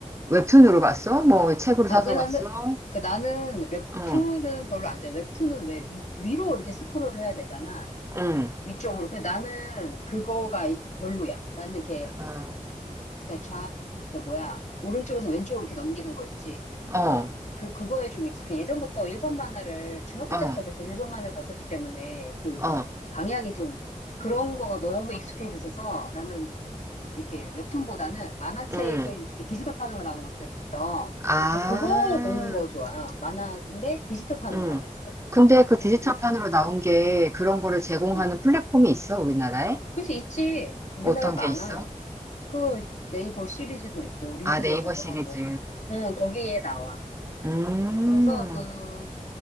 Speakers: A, on the right; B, on the left.
A: 웹툰으로 봤어? 뭐 책으로
B: 아,
A: 사서
B: 그러니까
A: 봤어?
B: 나는, 그러니까 나는 웹툰은
A: 어,
B: 별로 안 좋아해. 웹툰은 왜 위, 위로 이렇게 스크롤을 해야 되잖아.
A: 응,
B: 위쪽으로. 근데 나는 그거가 별로야. 나는 이렇게,
A: 어,
B: 그러니까 좌, 그 뭐야. 오른쪽에서 왼쪽으로 이렇게 넘기는 거 있지.
A: 어,
B: 그, 그거에 좀 익숙해. 예전부터 일본 만화를, 중학교
A: 어,
B: 때부터 계속 일본 만화 봤었기 때문에, 그,
A: 어,
B: 방향이 좀, 그런 거가 너무 익숙해져서 나는 이렇게 웹툰보다는 만화책을
A: 응.
B: 이렇게 디지털판으로 나온 것들이 있어.
A: 아,
B: 그러니까 그거 보는 거 좋아. 어, 만화인데 디지털판으로
A: 응.
B: 나와 있어.
A: 근데 그 디지털
B: 그거,
A: 판으로 나온 게 그런 거를 제공하는
B: 음.
A: 플랫폼이 있어, 우리나라에?
B: 그치, 있지. 우리나라에
A: 어떤
B: 많아.
A: 게 있어?
B: 그 네이버 시리즈도 있고, 리디에서도
A: 아, 네이버 시리즈.
B: 하고, 응, 거기에 나와.
A: 음,
B: 그래서 그,